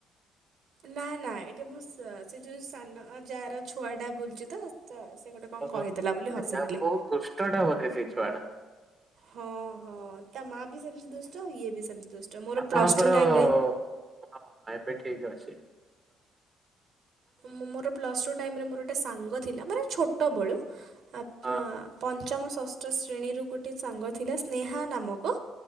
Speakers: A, on the right (about 60°); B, on the right (about 20°).
A: ନା ନା ଏଠି ମୋ ସେ ଯୋଉ ସାନ ଯା ର ଛୁଆ ଟା ବୁଲୁଚି ତ ସେ ଗୋଟେ। କଣ
B: ଓହୋ
A: କହିଦେଲା ବୋଲି
B: ସେ
A: ହସିଥିଲି।
B: ଆଉ ବହୁତ ଦୁଷ୍ଟ ଟା ବୋଧେ ସେଇ ଛୁଆ ଟା
A: ହଁ ହଁ ତା ମା ବି ସେମିତି ଦୁଷ୍ଟ ଇଏ ବି ସେମିତି ଦୁଷ୍ଟ ମୋର
B: ଆପଣଙ୍କର
A: ପ୍ଲସ୍ ଟୁ ଟାଇମରେ
B: ହଁ ଏବେ ଠିକ ଅଛି
A: ମୋର ପ୍ ଟ ମୋର ଗୋଟେ ସାଙ୍ଗ ଥିଲା ମ ଛୋଟ ବେଳୁ ଆ
B: ହଁ
A: ପଞ୍ଚମ ଷଷ୍ଠ ଶ୍ରେଣୀରୁ ଗୋଟେ ସାଙ୍ଗ ଥିଲା ସ୍ନେହା ନାମକ।